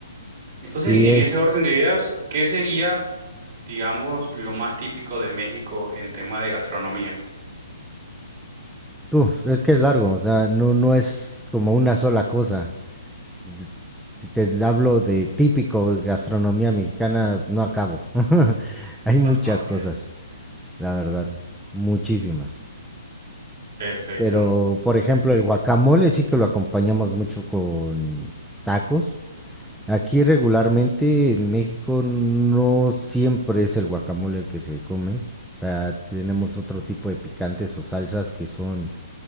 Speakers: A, on the right (about 50°); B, in the centre.
A: Entonces,
B: Y
A: en
B: es,
A: ese orden de ideas, ¿qué sería, digamos, lo más típico de México en tema de gastronomía? <laughs>
B: uf, es que es largo, o sea, no, no es como una sola cosa. D- Si te hablo de típico de gastronomía mexicana, no acabo. <laughs> Hay muchas
A: Ajá, ok,
B: cosas, la verdad, muchísimas.
A: perfecto.
B: Pero, por ejemplo, el guacamole sí que lo acompañamos mucho con tacos. Aquí regularmente en México no siempre es el guacamole el que se come. Ah, tenemos otro tipo de picantes o salsas que son